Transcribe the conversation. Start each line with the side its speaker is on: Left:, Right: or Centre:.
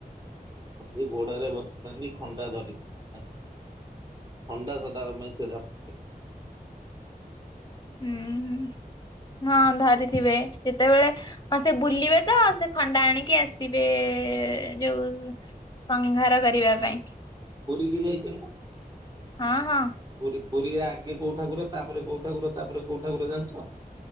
Right: ହଁ ସେ ଘୋଡରେ ବସିଥାନ୍ତି ଖଣ୍ଡା ଧରିକି। ଆ ଖଣ୍ଡା ସଦାବେଳ ପାଇଁ ସେ ଧରିଥିବେ।
Left: ହୁଁ ହୁଁ ହଁ ଧରିଥିବେ ଯେତେବେଳେ ହଁ ସେ ବୁଲିବେ ତ ସେ ଖଣ୍ଡା ଆଣିକି ଆସିବେ ଯୋଉ ସଂଘାର କରିବା ପାଇଁ।
Right: ପୁରୀ କି ଯାଇଛ ନା?
Left: ହଁ ହଁ।
Right: ପୁରୀ ପୁରୀ ଆଗେ କୋଉ ଠାକୁର, ତାପରେ କୋଉ ଠାକୁର ତାପରେ, କୋଉ ଠାକୁର ଜାଣିଚ?